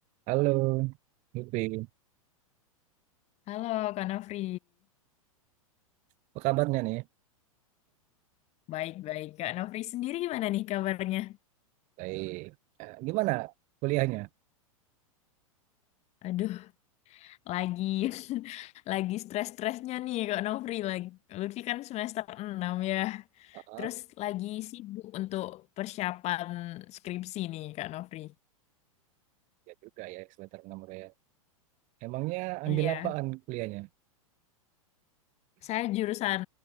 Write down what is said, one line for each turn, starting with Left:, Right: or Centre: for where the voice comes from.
Right: Halo, Yupi.
Left: Halo Kak Nofri.
Right: Apa kabarnya nih?
Left: Baik-baik. Kak Nofri sendiri gimana nih kabarnya?
Right: Baik. Eh, Gimana kuliahnya?
Left: Aduh, lagi <laughs> lagi stres-stresnya nih Kak Nofri. Lagi, Lutfi kan semester 6 ya.
Right: Ah,
Left: Terus lagi sibuk untuk persiapan skripsi nih Kak Nofri.
Right: ya juga ya, semester 6 udah ya. Emangnya ambil
Left: Oh Iya.
Right: apaan kuliahnya?
Left: Saya jurusan